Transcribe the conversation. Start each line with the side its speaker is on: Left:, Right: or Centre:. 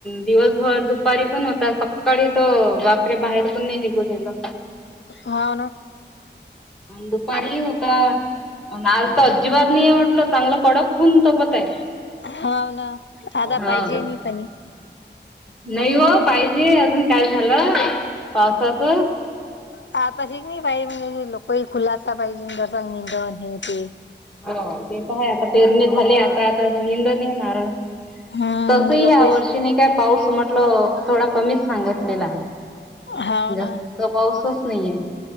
Centre: दिवसभर दुपारी पण होता सकाळी त वापरे बाहेर पण नाही निघू दिेलं
Left: होव ना
Centre: अण दुपारी होता अन आज त अजिबात नही आहे म म्हणलं चांगलं कडक ऊन तपत आहे.
Left: हाव ना आता
Centre: हा
Left: पाहिजे नाही पाणी
Centre: नही हो. पाहिजे अजून काय झालं पावसाच
Left: <unintelligible>
Centre: ते त आहे, आता पेरणे झाले, आता आता निंदनी येणार.
Left: हम्म
Centre: तस या
Left: लोक
Centre: वर्षी नी काय पाऊस म्हटल थोडा कमीच सांगितलेला
Left: हाव
Centre: जास्त
Left: ना
Centre: पाऊसच नहीये